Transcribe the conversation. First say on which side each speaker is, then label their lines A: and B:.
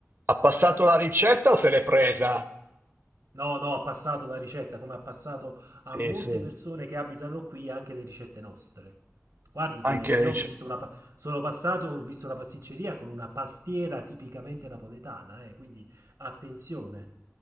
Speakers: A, on the right; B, on the right.
A: Ha passato la ricetta o se l'è presa?
B: No, no, ha passato la ricetta, come ha passato
A: Sì,
B: a molte
A: sì,
B: persone che abitano qui anche le ricette nostre. Guardi che
A: anche
B: io
A: lei.
B: ho visto una... pa- sono passato, ho visto una pasticceria con una pastiera tipicamente napoletana, eh, quindi attenzione.